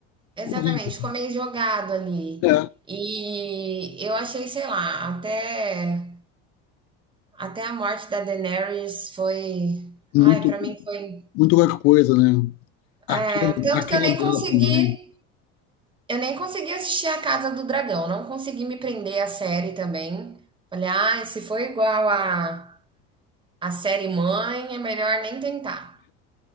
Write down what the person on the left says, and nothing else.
Horrível.
É,
muito,
muito qualquer coisa, né? Aquela,
aquela
dela
também.